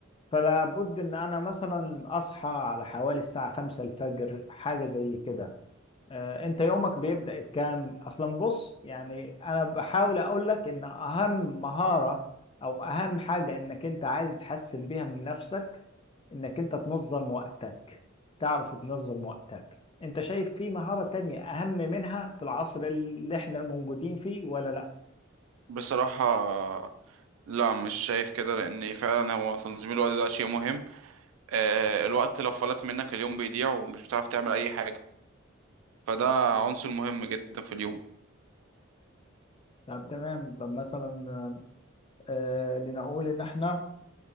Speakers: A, on the left; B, on the right.
A: فلا بد ان انا مثلا اصحى على حوالي الساعة 5 الفجر حاجة زي كده آه، انت يومك بيبدأ بكام اصلا بص يعني انا بحاول اقول لك ان اهم مهارة او اهم حاجة انك انت عايز تحسن بيها من نفسك انك انت تنظم وقتك تعرف تنظم وقتك انت شايف في مهارة تانية اهم منها في العصر اللي احنا موجودين فيه ولا لا
B: بصراحه لا مش شايف كده لان فعلا هو تنظيم الوقت ده شيء مهم آه الوقت لو فلت منك اليوم بيضيع ومش بتعرف تعمل اي حاجه فده عنصر مهم جدا في اليوم
A: طب تمام طب مثلا آه لنقول ان احنا